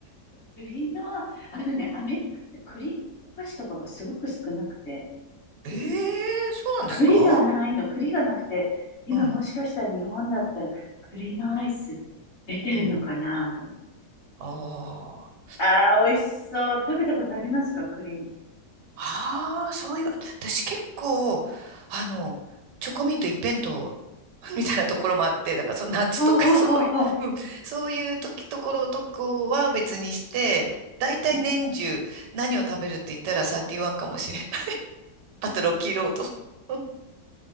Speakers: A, on the left (about 45°); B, on the right (about 80°).
A: 栗の、あのね、アメリカって栗のお菓子とかがすごく少なくて、
B: ええそうなんですか
A: 栗がないの、栗がなくて、今もしかしたら日本だったら栗のアイス出てるのかなと思って
B: うん、うん。ああ。
A: ああ、美味しそう。食べたことありますか栗。
B: ああ、そういえば、私結構、あの、チョコミント一辺倒 <laughs> みたいなところもあって、だからその夏とか
A: うんうんうんうん。
B: <laughs> そういう、うん、そういう時、ところとこは別にして、だいたい年中何を食べるって言ったらサーティワンかもしれない。
A: うんうん。
B: <laughs> あとロッキーロード。<laughs>